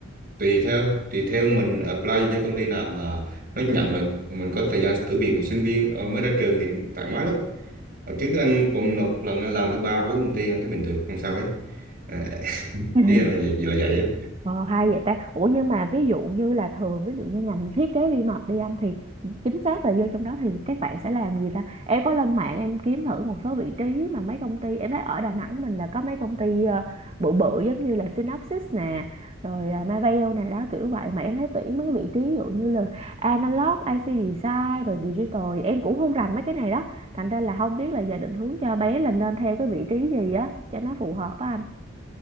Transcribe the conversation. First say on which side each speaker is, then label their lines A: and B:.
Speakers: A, on the right; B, on the right.
A: tùy theo tùy theo mình apply cho công ty nào mà nó nhận mình mình có thời gian thử việc mà sinh viên ờ, mới ra trường thì thoải mái lắm Hồi trước anh còn nộp lần anh làm tới ba bốn công ty anh thấy bình thường không sao hết à,
B: <laughs>
A: ý anh là gì là vậy á
B: Ờ, hay vậy ta. Ủa nhưng mà ví dụ như là thường ví dụ như ngành thiết kế vi mạch đi anh thì chính xác là vô trong đó thì các bạn sẽ làm gì ta? Em có lên mạng em kiếm thử một số vị trí mà mấy công ty em thấy ở Đà Nẵng mình là có mấy công ty ờ, bự bự giống như là Synopsys nè, rồi ờ, Marvell nè đó kiểu vậy mà em thấy tuyển mấy cái vị trí ví dụ như là analog, IC design rồi digital em cũng không rành mấy cái này đó. Thành ra là không biết là giờ định hướng cho bé là nên theo cái vị trí gì á cho nó phù hợp á anh.